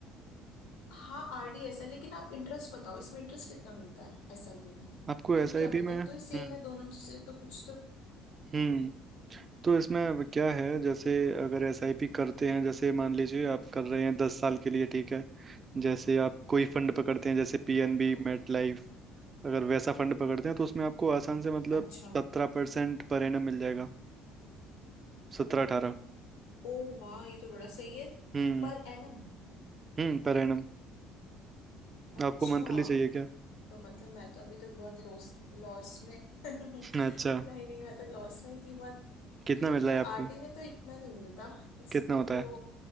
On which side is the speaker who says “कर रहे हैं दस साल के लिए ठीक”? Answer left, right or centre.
Right